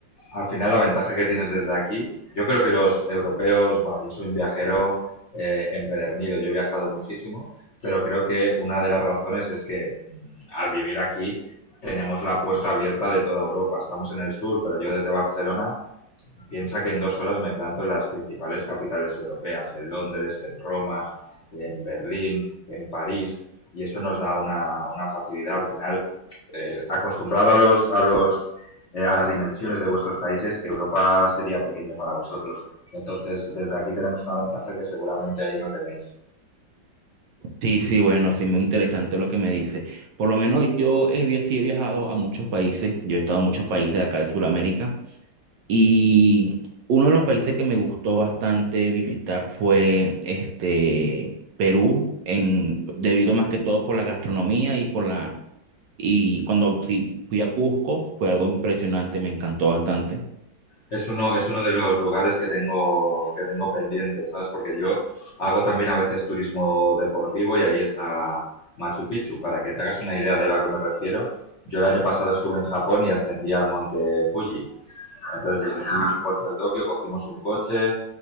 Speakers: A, on the left; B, on the right.
A: al final la ventaja que tienes desde aquí, yo creo que los europeos, bueno, yo soy un viajero eh, empedernido, yo he viajado muchísimo, pero creo que una de las razones es que mm, al vivir aquí tenemos la puerta abierta de toda Europa. Estamos en el sur, pero yo desde Barcelona Piensa que en dos horas me planto en las principales capitales europeas, en Londres, en Roma, en Berlín, en París, y eso nos da una, una facilidad al final. eh, acostumbrado a los, a los, eh, a las dimensiones de vuestros países, Europa sería pequeño para vosotros. Entonces, desde aquí tenemos una ventaja que seguramente ahí no tenéis.
B: Sí, sí, bueno, sí, muy interesante lo que me dice. Por lo menos yo he, via- sí he viajado a muchos países, yo he estado en muchos países de acá de Sudamérica y uno de los países que me gustó bastante visitar fue este Perú, en, debido
A: Muy
B: más
A: bien.
B: que todo por la gastronomía y por la... Y cuando fui, fui a Cusco fue algo impresionante, me encantó bastante.
A: Es uno, es uno de los lugares que tengo, que tengo pendiente, ¿sabes? Porque yo hago también a veces turismo deportivo y ahí está Machu Picchu. Para que te hagas una idea de lo que me refiero, yo el año pasado estuve en Japón y ascendí al monte Fuji. Vale, Entonces llegué al aeropuerto de Tokio, cogimos un coche,